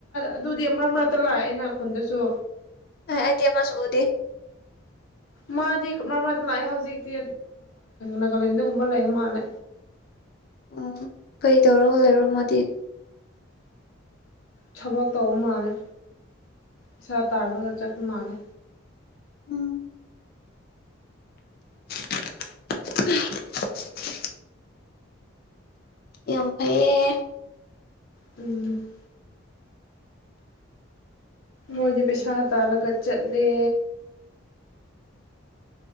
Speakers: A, on the left; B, on the left.
A: ꯑꯗꯨꯗꯤ ꯑꯃꯛ ꯃꯔꯛꯇ ꯂꯥꯛꯑꯦꯅ ꯈꯨꯟꯗꯁꯨ
B: ꯑ ꯑꯗꯤ ꯃꯥꯁ ꯎꯗꯦ
A: ꯃꯥꯗꯤ ꯃꯔ ꯃꯔꯗꯤ ꯂꯥꯛꯑꯦ ꯍꯧꯖꯤꯛꯇꯤ ꯅꯥꯒꯥꯂꯦꯟꯗꯒꯨꯝꯕ ꯂꯩ ꯃꯥꯜꯂꯦ
B: ꯑꯣ ꯀꯩ ꯇꯧꯔꯒ ꯂꯩꯔꯣ ꯃꯥꯗꯤ
A: ꯊꯕꯛ ꯇꯧꯕ ꯃꯥꯜꯂꯦ ꯏꯁꯥ ꯇꯥꯔꯒ ꯆꯠꯄ ꯃꯥꯜꯂꯦ
B: ꯎꯝ <unintelligible> ꯌꯥꯐꯩ
A: ꯎꯝ ꯃꯣꯏꯒꯤ ꯄꯩꯁꯥ ꯇꯂꯒ ꯆꯠꯂꯦ